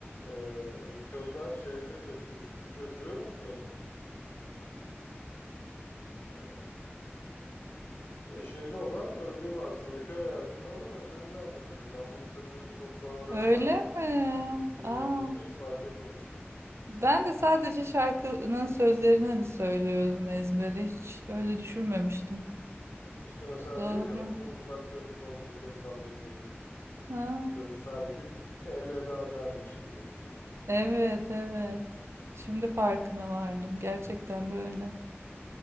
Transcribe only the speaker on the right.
Öyle
mi?
Aa.
Ben de sadece şarkının sözlerini hani söylüyordum ezbere. Hiç öyle düşünmemiştim.
Doğru.
Ha,
evet evet. Şimdi farkına vardım. Gerçekten de öyle.